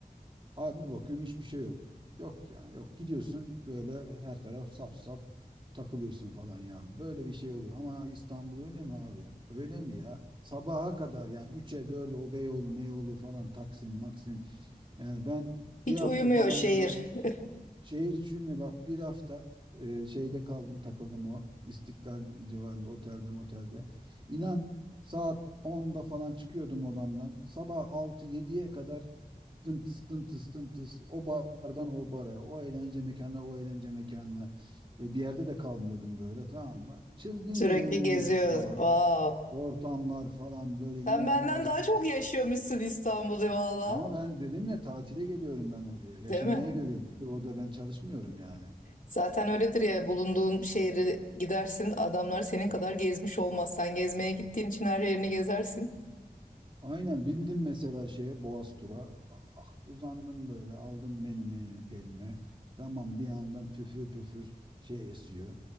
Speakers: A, on the right; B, on the left.
A: Abi bakıyorum hiçbir şey yok. Yok yani yok. Gidiyorsun böyle her taraf sap sap takılıyorsun falan ya. Böyle bir şey olur ama İstanbul öyle mi abi? Öyle mi ya? Sabaha kadar yani 3'e 4'e o Beyoğlu, Meyoğlu falan Taksim, Maksim. Yani ben
B: hiç
A: bir hafta
B: uyumuyor
A: falan
B: şehir.
A: böyle
B: <laughs>
A: Şehir içi mi bak bir hafta e, şeyde kaldım takıldım o İstiklal civarında otelde motelde. İnan saat onda falan çıkıyordum odamdan. Sabah altı yediye kadar dımtıs dımtıs dımtıs o bardan o bara o eğlence mekanına o eğlence mekanına ve bir yerde de kalmıyordum böyle tamam mı? Çılgın
B: Sürekli
A: gibi eğleniyordum
B: geziyoruz.
A: falan.
B: Wow.
A: Ortamlar falan böyle inanılmaz
B: Sen benden daha
A: kız.
B: çok yaşıyormuşsun İstanbul'da valla.
A: Ama ben dedim ya tatile geliyorum ben oraya. Yaşamaya
B: Değil mi?
A: geliyorum. Bir de orada ben çalışmıyorum yani.
B: Zaten öyledir ya bulunduğun şehre gidersin adamlar senin kadar gezmiş olmaz. Sen gezmeye gittiğin için her yerini gezersin.
A: Aynen bindim mesela şeye Boğaz tura. Ah, uzandım böyle aldım menümü elime. Tamam bir yandan püfür püfür şey esiyor.